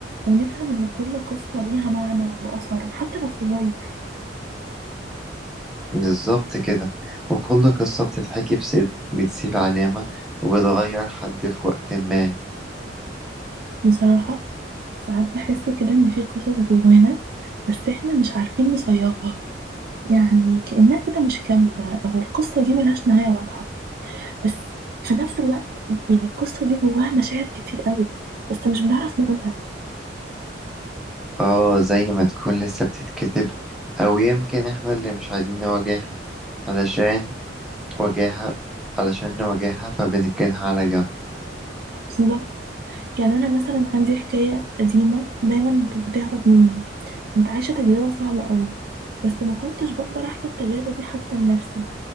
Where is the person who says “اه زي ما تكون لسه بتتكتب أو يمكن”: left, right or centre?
Centre